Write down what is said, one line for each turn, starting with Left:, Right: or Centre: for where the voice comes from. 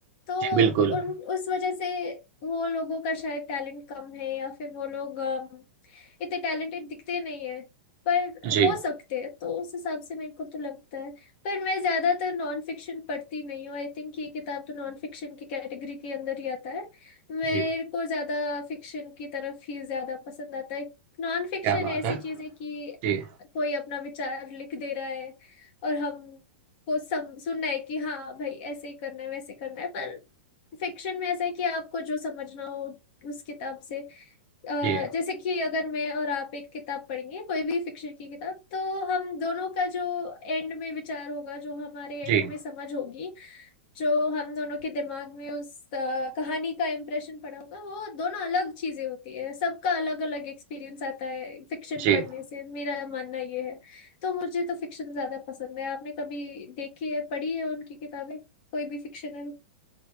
Left: तो
Right: जी बिल्कुल
Left: उन उस वजह से वो लोगों का शायद टैलेंट कम है या फिर वो लोग इतने टैलेंटेड दिखते नहीं है पर
Right: जी
Left: हो सकते हैं तो उस हिसाब से मेरे को तो लगता है पर मैं ज्यादातर नॉन फिक्शन पढ़ती नहीं हूँ आई थिंक ये किताब तो नॉन फिक्शन की कैटेगरी के अंदर ही आता है मेरे
Right: जी
Left: को ज्यादा फिक्शन की तरफ ही ज्यादा पसंद आता है नॉन फिक्शन
Right: क्या बात
Left: ऐसी
Right: है
Left: चीज है कि
Right: जी
Left: कोई अपना विचार लिख दे रहा है और हम को सम सुनना है कि हाँ भाई ऐसे ही करना है वैसे करना है पर फिक्शन में ऐसा है कि आपको जो समझना हो उस किताब से अ,
Right: जी
Left: जैसे कि अगर मैं और आप एक किताब पढ़ेंगे कोई भी फिक्शन की किताब तो हम दोनों का जो एंड में विचार होगा जो हमारे
Right: जी
Left: एंड में समझ होगी जो हम दोनों के दिमाग में उस अ, कहानी का इम्प्रेशन पड़ा होगा वो दोनों अलग चीजें होती है सबका अलग अलग एक्सपीरियंस आता है फिक्शन
Right: जी
Left: पढ़ने से मेरा मानना ये है तो मुझे तो फिक्शन ज्यादा पसंद है आपने कभी देखी है पढ़ी है उनकी किताबें कोई भी फिक्शनल